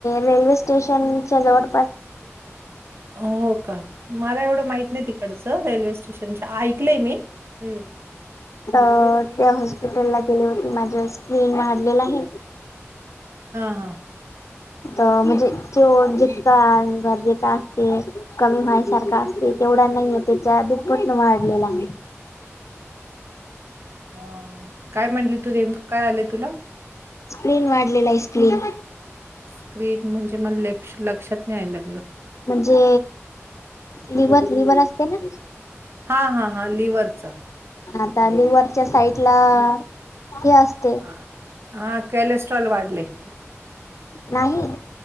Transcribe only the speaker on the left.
रेल्वे स्टेशनच्या जवळ
अ़ं त्या हॉस्पिटलला गेले होते, माझं स्क्रीन हडलेलं आहे.
अं म्हणजे तो जितका गरजेचा असते. कमी व्हायसारखा असते, तेवढा नाहीे त्याच्या दुप्पटनं वाढलेला आहे.
स्क्रीन वाढलेला आहे स्क्रीन.
म्हणजे लिवर लिवर असते ना,
आता लिवरच्या साईड ला हे असते.
नाही.